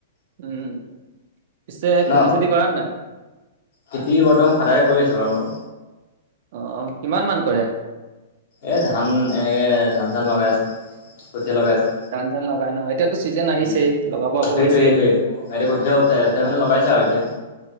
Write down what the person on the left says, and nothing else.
ন
খেতি বৰ্তমান ফাদাৰে কৰি আছো বাৰু মোৰ
এ ধান এনেকে ধান চান লগাই আছো কঠীয়া লগাই আছে
উম
সেইটোৱে
সেইটোয়ে এতিয়া কঠিয়া উঠাই
উঠাই মানে লগাই ছা এতিয়া